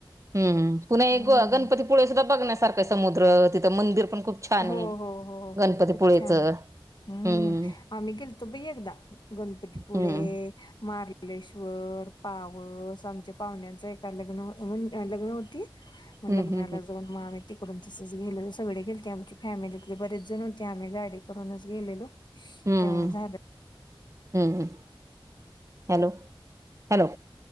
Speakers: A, on the right; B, on the left.
A: हम्म पुन्हा एक
B: हम्म
A: गणपतीपुळे सुद्धा बघण्यासारखं समुद्र तिथं मंदिर पण.... खूप छान
B: हो
A: आहे.
B: हो हो हो
A: गणपतीपुळेचं
B: खूप छान आहे हम
A: हम्म
B: आम्ही.. गेलतो बाई एकदा गणपतीपुळे
A: हम्म.
B: मारले. कलेश्वर पावस आमच्या पाहुण्यांच एका लग्न म्हण लग्न होती. मग
A: हम्म
B: लग्नाला
A: हम्म हम्म.
B: जाऊन म आम्ही तिकडून तसच गेलो सगळे गेलते. फॅमिलीतले बरेच जण होते आम्ही गाडी करूनच गेलेलो
A: हम्म
B: तेव्हा झालं.
A: हम्म हॅलो हॅलो...